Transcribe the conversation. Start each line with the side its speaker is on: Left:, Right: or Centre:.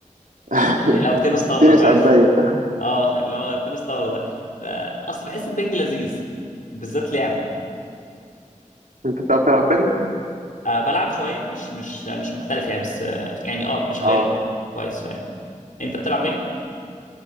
Right: <laughs>
Left: يعني لو تنس طاولة
Right: التنس
Left: فاهم
Right: على الضيق
Left: <laughs> اه اللي هو تنس طاولة ده فأصل بحس البنج لذيذ بالذات لعبه
Right: <laughs> انت بتعرف تلعب بينج
Left: آه بلعب شوية مش مش مش محترف يعني بس آه يعني اه شغال
Right: اه
Left: كويس فاهم انت بتلعب بنج